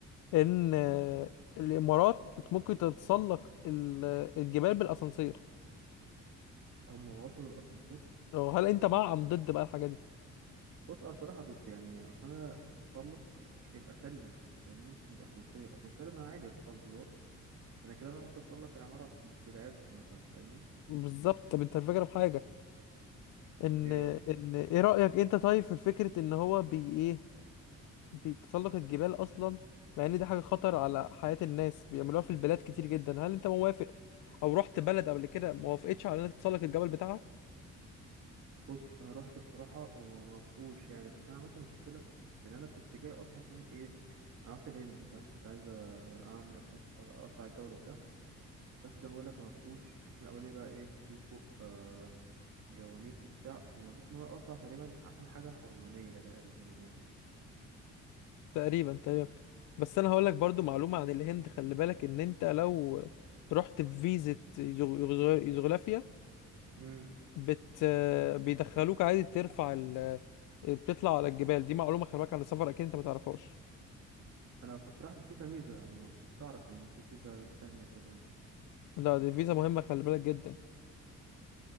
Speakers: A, on the left (about 85°); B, on the right (about 55°).
A: ان آه، الامارات بت- ممكن تتسلق ال- الجبال بالاسانسير
B: هم وصلوا الأسانسير
A: لو- هل انت مع ام ضد بقى الحاجة دي
B: بص انا بصراحه ضد يعني اصل انا تسلق يبقى سلم فاهمني مش اسانسير اسانسير انا عادي ادوس على الزرار انا كده بقى ممكن اتسلق العماره بدايتكم مثلا فاهمني
A: بالظبط طب انت الفكرة في حاجة ان
B: إيه
A: ان ايه رأيك انت طيب في فكرة ان هو بي ايه بتسلق الجبال اصلا مع ان دي حاجه خطر على حياه الناس بيعملوها في البلاد كتير جدا هل انت موافق او رحت بلد قبل كده ما وافقتش على انك تسلق الجبل بتاعها
B: بص انا رحت بصراحه وما موافقوش يعني بس انا عملت مشكله لان انا كنت جاي اصلا عشان ايه انا رحت الهند فاهم كنت عايز اعمل اساس اطلع الجبل وبتاع بس زي ما بقول لك ما وافقوش عشان اقول لي بقى ايه في فوق آه جواميس وبتاع فما رضيتش ان انا اطلع تقريبا عشان حاجه حرمانيه تقريبا يعني
A: تقريبا تقريبا بس انا هقول لك برضو معلومه عن الهند خلي بالك ان انت لو رحت بفيزا يوغ- يوغوسلافيا
B: إمم.
A: بت بيدخلوك عادي ترفع ال بتطلع على الجبال دي معلومه خلي بالك عن السفر اكيد انت ما تعرفهاش
B: انا كنت رايح بفيزا ميزه يعني ما كنتش اعرف ان في فيزا تانية كده يعني
A: لا دي فيزا مهمه خلي بالك جدا